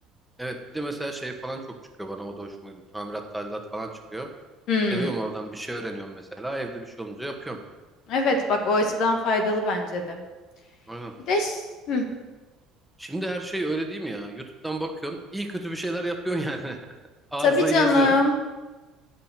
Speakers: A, in the centre; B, on the left.
A: Evet bir de mesela şey falan çok çıkıyor bana o da hoşuma gidiyor. Tamirat tadilat falan çıkıyor.
B: Hmm,
A: Seviyorum oradan bir şey öğreniyorum mesela. Evde bir şey olunca yapıyorum.
B: Evet bak o açıdan faydalı bence de.
A: Aynen.
B: Bir de ş- hmm,
A: Şimdi her şey öyle değil mi ya? YouTube'dan bakıyorsun. İyi kötü bir şeyler yapıyorsun yani. <laughs> Arızayı
B: tabii canım.
A: yazıyorsun.